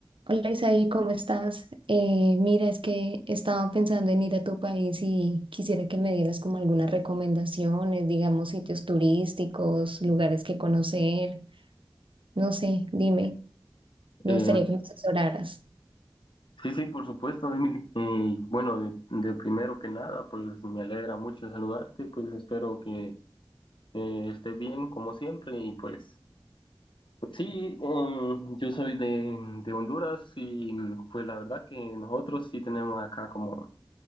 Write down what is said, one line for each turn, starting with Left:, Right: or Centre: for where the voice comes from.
Right: Hola Isaí, ¿cómo estás? Eh, mira, es que estaba pensando en ir a tu país y quisiera que me dieras como algunas recomendaciones, digamos, sitios turísticos, lugares que conocer, no sé, dime, me
Left: Eh,
Right: gustaría que me asesoraras.
Left: sí, sí, por supuesto, Emily. Y bueno, de, de primero que nada, pues me alegra mucho saludarte, pues espero que eh, esté bien como siempre y pues sí, em, yo soy de, de Honduras y mm, pues la verdad que nosotros sí tenemos acá como